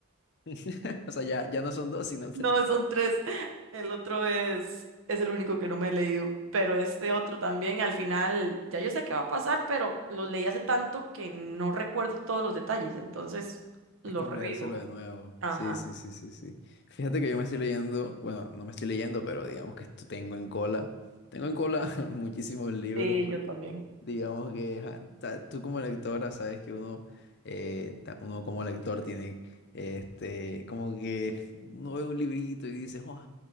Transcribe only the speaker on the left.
<laughs> O sea, ya, ya no son dos, sino tres.
Es como
leérselo de nuevo.
Sí, sí, sí, sí, sí. Fíjate que yo me estoy leyendo, bueno, no me estoy leyendo, pero digamos que esto tengo en cola. Tengo en cola <laughs> muchísimos libros
porque
digamos que ajá, ta- tú como lectora sabes que uno, eh, ta- uno como lector tiene, este, como que uno ve un librito y dice, "Oh,